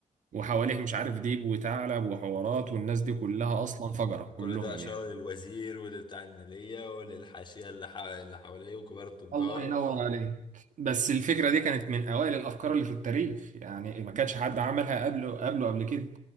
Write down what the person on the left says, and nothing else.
أيوة.
كل ده إشارة
للوزير ولبتاع المالية وللحاشية اللي, حا... اللي حواليه وكبار التجار